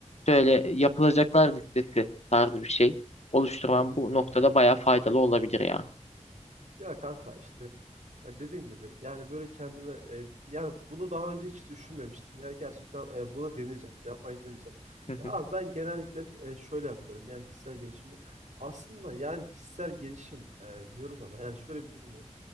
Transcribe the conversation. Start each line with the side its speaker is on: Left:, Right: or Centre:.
Left: şöyle yapılacaklar listesi tarzı bir şey oluşturman
Right: Hı
Left: bu
Right: hı.
Left: noktada bayağı faydalı olabilir ya.
Right: Ya kanka işte ya dediğin gibi yani böyle kendime e, yani bunu daha önce hiç düşünmemiştim. Yani gerçekten e, bunu deneyeceğim. Yapmayı deneyeceğim.
Left: <laughs>
Right: Ya abi ben genellikle e, şöyle yapıyorum. Yani kişisel gelişimde aslında yani kişisel gelişim e, diyoruz ama yani şöyle bir durum var.